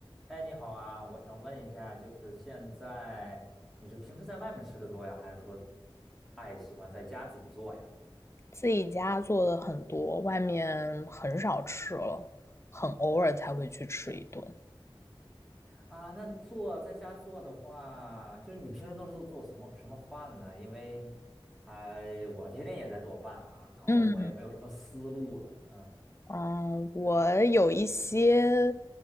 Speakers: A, in the centre; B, on the left.
A: 哎，你好啊，我想问一下，就是现在你是平时在外面吃的多呀，还是说爱喜欢在家自己做呀？
B: 自己家做的很多，外面很少吃了，很偶尔才会去吃一顿。
A: 啊，那做在家做的话，就是你平时都是做做什么什么饭呢？因为还我天天也在做饭啊，搞得我也没有什么思路了。
B: 嗯
A: 嗯，
B: 嗯，我有一些